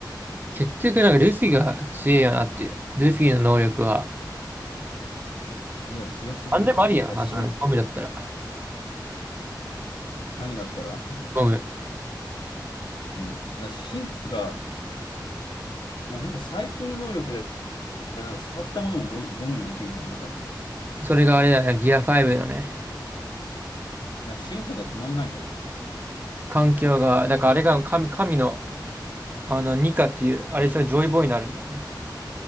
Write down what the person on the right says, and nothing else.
結局なんかルフィが強いよなっていう。ルフィの能力は、
なんでもありやん。
あの、ゴムだったら。
ゴム。
それがあれだよね。ギア5のね。
環境が、だからあれが神、神の、あの、ニカっていう、あれしたらジョイボーイになるんだよね。